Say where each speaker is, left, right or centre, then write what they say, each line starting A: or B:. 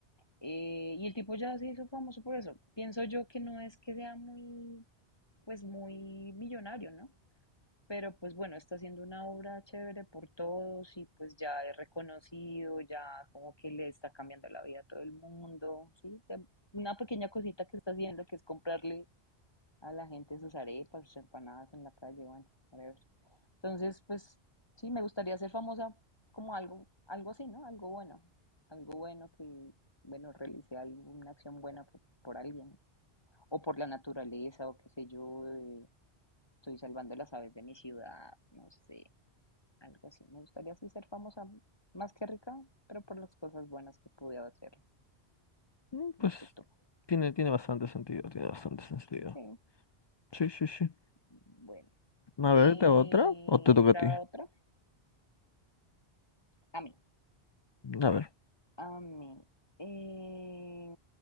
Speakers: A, on the left; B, on the left.
A: Eh, y el tipo ya se hizo famoso por eso. Pienso yo que no es que sea muy pues muy millonario, ¿no? Pero pues bueno, está haciendo una obra chévere por todos y pues ya es reconocido, ya como que le está cambiando la vida a todo el mundo, ¿sí? Te- Una pequeña cosita que está haciendo que es comprarle a la gente sus arepas, sus empanadas en la calle, bueno, whatever. Entonces, pues sí, me gustaría ser famosa como algo, algo así, ¿no? Algo bueno, algo bueno que, bueno, realice alguna acción buena por, por alguien o por la naturaleza o qué sé yo, eh, estoy salvando las aves de mi ciudad, no sé, algo así. Me gustaría así ser famosa, más que rica, pero por las cosas buenas que pude hacer,
B: Mm,
A: no
B: Pues
A: sé tú.
B: tiene, tiene bastante sentido, tiene bastante sentido.
A: Sí,
B: Sí, sí, sí.
A: bueno.
B: A
A: Eh,
B: ver, ¿te hago otra? ¿O te toca
A: ¿ta
B: a ti?
A: otro? A mí.
B: A ver.
A: A mí. Eh,